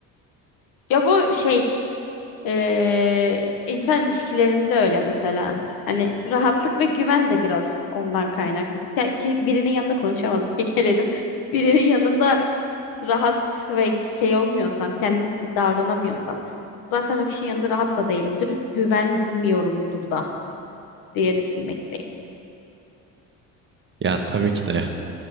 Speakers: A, on the left; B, on the right.
A: Ya bu şey eee, insan ilişkilerinde öyle mesela. Hani rahatlık ve güven de biraz ondan kaynaklı. Ya Ki birinin yanında konuşamadım, <laughs> kekeledim. Birinin yanında rahat ve şey olmuyorsam, kendim gibi davranamıyorsam zaten o kişinin yanında rahat da değilimdir. Güvenmiyorumdur da diye düşünmekteyim.
B: Ya tabii ki de.